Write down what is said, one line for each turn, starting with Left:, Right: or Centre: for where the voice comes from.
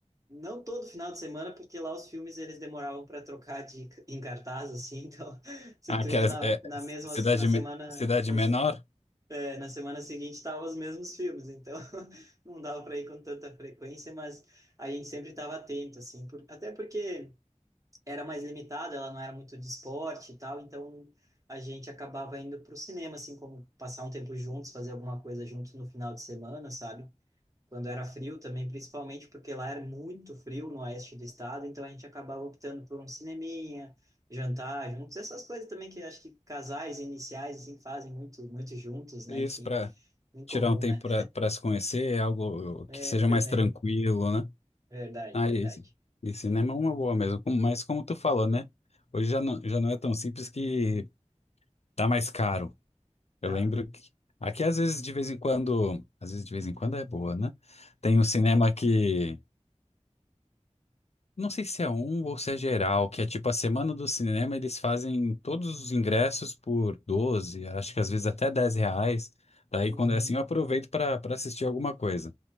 Right: Não todo final de semana, porque lá os filmes eles demoravam para trocar de, em cartaz, assim, então <laughs> se
Left: Ah,
Right: tu
Left: que
Right: ia
Left: era,
Right: na,
Left: é, é
Right: na mesma,
Left: cidade,
Right: na semana,
Left: me- cidade
Right: na,
Left: menor?
Right: é, na semana seguinte estavam os mesmos filmes, então <laughs> não dava para ir com tanta frequência, mas a gente sempre estava atento, assim, por, até porque era mais limitado, ela não era muito de esporte e tal, então a gente acabava indo para o cinema, assim, como passar um tempo juntos, fazer alguma coisa juntos no final de semana, sabe? Quando era frio também, principalmente porque lá era muito frio no oeste do estado, então a gente acabava optando por um cineminha, jantar juntos, essas coisas também que acho que casais iniciais, assim, fazem muito, muito juntos, né?
Left: Isso,
Right: Enfim,
Left: para
Right: em
Left: tirar
Right: comum,
Left: um tempo
Right: né?
Left: para se conhecer, é algo
Right: É,
Left: que seja
Right: também.
Left: mais tranquilo, né?
Right: Verdade,
Left: Ah,
Right: verdade.
Left: e, esse- e cinema é uma boa mesmo, como- mas como tu falou, né? Hoje já não, já não é tão simples que tá mais caro. Eu
Right: Tá.
Left: lembro que aqui às vezes de vez em quando, às vezes de vez em quando é boa, né? Tem um cinema que Não sei se é um ou se é geral, que é tipo a semana do cinema, eles fazem todos os ingressos por 12. acho que às vezes até 10 reais. Daí
Right: Uhum.
Left: quando é assim eu aproveito para para assistir alguma coisa.